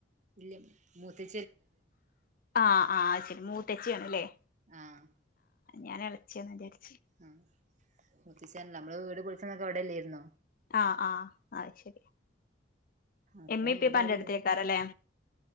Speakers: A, on the right; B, on the left.
A: ഇല്ല മൂത്ത-
B: ആഹ് ആഹ് അത് ശരി മൂത്തച്ചിയാണ് അല്ലേ
A: ആഹ്
B: ഞാൻ ഇളിച്ചിയാന്ന വിചാരി
A: അ മൂത്തശ്ശിനല്ലോ നമ്മള് വീട് പൊളിച്ചണക് അവിടെല്ലായിരുന്നോ
B: ആ ആഹ് അത് ശരി
A: അപ്പം
B: ഇമ്മപ്പാക്കെ
A: ഇവിടെ ആരുല്ല
B: അടുത്തേക്കാര ലെ